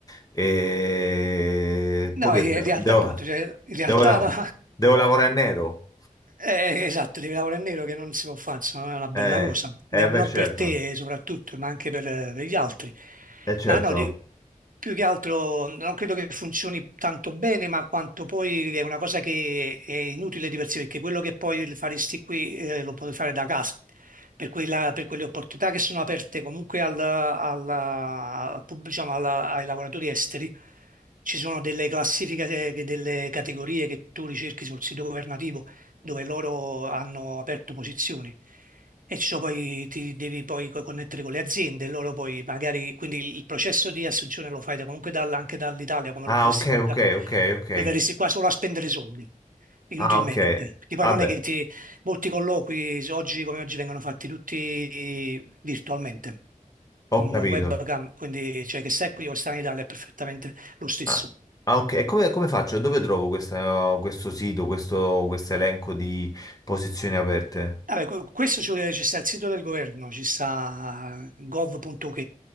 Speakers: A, on the left; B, on the right.
A: e
B: No,
A: poi che
B: in
A: de-
B: realtà
A: devo,
B: appunto, cioè, in realtà
A: devo, la-
B: no.
A: devo lavorare in nero?
B: Eh, esatto, devi lavorare in nero che non si può fare, insomma, è una bella
A: Eh,
B: cosa, Ne-
A: eh,
B: non
A: beh, certo,
B: per te soprattutto, ma anche per, per gli altri.
A: eh, certo.
B: Ma no, di- più che altro non credo che funzioni tanto bene, ma quanto poi è una cosa che è inutile di per sé, perché quello che poi faresti qui eh, lo puoi fare da casa. Per, quella- per quelle opportunità che sono aperte comunque al, alla- al pub- diciamo, alla- ai lavoratori esteri, ci sono delle classifiche, de- delle categorie che tu ricerchi sul sito governativo dove loro hanno aperto posizioni. E ci sono poi, ti devi poi co- connettere con le aziende, loro poi magari, quindi il processo di assunzione lo fai da- comunque dal- anche dall'Italia, come
A: Ah,
B: lo potresti
A: ok,
B: da
A: ok,
B: qui.
A: ok, ok.
B: Poi verresti qua solo a spendere soldi, inutilmente.
A: Ah, ok,
B: Perché poi
A: vabbè,
B: non è che ti, molti colloqui, oggi come oggi, vengono fatti tutti virtualmente, con
A: ho capito.
B: webcam, quindi cioè che stai qui o stai in Italia è perfettamente lo stesso.
A: Ah, Ah, ok. E come, come faccio? Dove trovo questa- questo sito, questo, questo elenco di posizioni aperte?
B: Vabbè, que- questo ci vuole- ci sta il sito del governo, ci sta gov.uk,